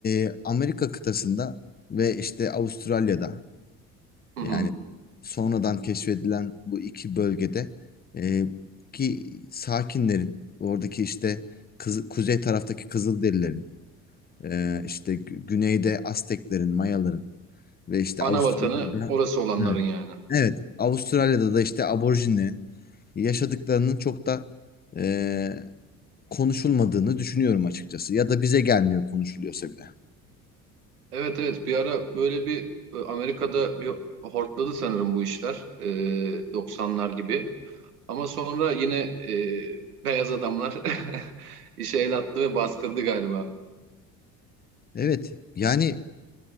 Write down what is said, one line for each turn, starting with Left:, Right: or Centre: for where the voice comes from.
Left: e, Amerika kıtasında ve işte Avustralya'da
Right: Hı hı.
Left: yani sonradan keşfedilen bu iki bölgede e, ki sakinlerin oradaki işte kızı- kuzey taraftaki Kızılderililerin e, işte gü- güneyde Azteklerin, Mayaların ve işte
Right: Ana
Left: Avustralya'da
Right: vatanı orası olanların
Left: evet,
Right: yani.
Left: evet Avustralya'da da işte aborjinlerin yaşadıklarının çok da e, konuşulmadığını düşünüyorum açıkçası. Ya da bize gelmiyor konuşuluyorsa bile.
Right: Evet, evet. Bir ara böyle bir e, Amerika'da bir hortladı sanırım bu işler. E, 90'lar gibi. Ama sonra yine e, beyaz adamlar <laughs> işe el attı ve bastırdı galiba.
Left: Evet yani